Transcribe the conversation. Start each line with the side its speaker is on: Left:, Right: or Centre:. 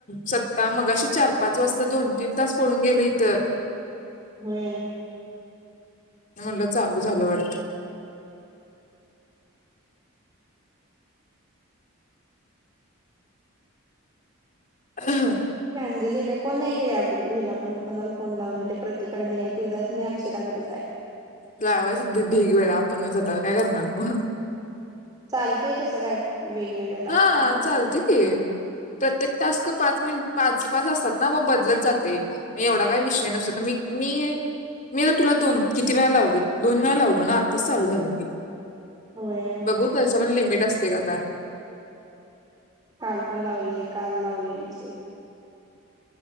Left: सत्ता मग अशी चार पाच वाजता दोन तीन तास पडून गेले इथं.
Right: होय.
Left: म्हटला चालू झालं वाटतं. ह.
Right: ही अंजली आहे का कोण नाही ग या गुरु हिला पण कोणाला फोन लावण त्या प्रतीकडे नाही तुझा नाही अक्षराकडेच आहे.
Left: लावायचं डिग वेळा आपणच आता काय करणार मग?
Right: चालतेय तसं काय वेगवेगळ लागते.
Left: हा चालते की प्रत्येक टास्क पाच मिनटं पाच पाच असतात ना बदलत जाते एवढा काय विषय नसतो तर मी मी मी तुला दोन किती किती वेळा लावलो दोन वेळा लावलो ना आत्ताच चालू झालं की.
Right: होय
Left: बघू त्याच पण लिमिट असतं. ते कथ <inaudible>
Right: काल पण लावली काल लावलेली स एक.